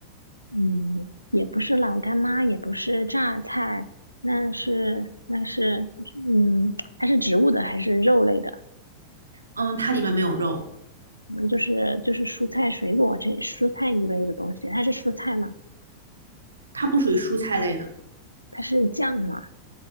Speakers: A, on the left; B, on the right.
A: 嗯，也不是老干妈，也不是榨菜，那是那是，嗯，它是植物的还是肉类的？
B: 嗯，它里面没有肉，
A: 嗯，就是就是蔬菜水果这蔬菜一类的东西，它是蔬菜吗？
B: 它不属于蔬菜类的。
A: 它是酱吗？